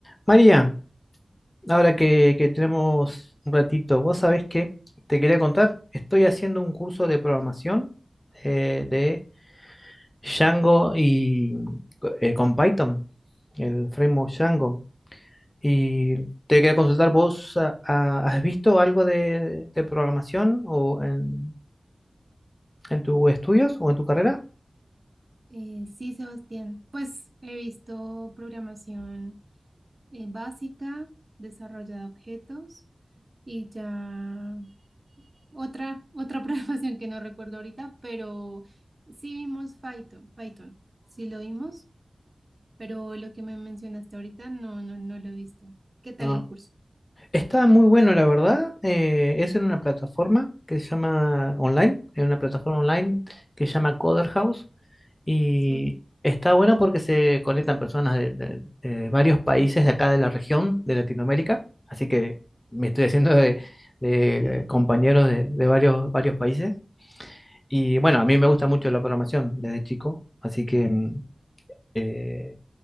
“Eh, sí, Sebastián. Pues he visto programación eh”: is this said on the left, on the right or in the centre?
Right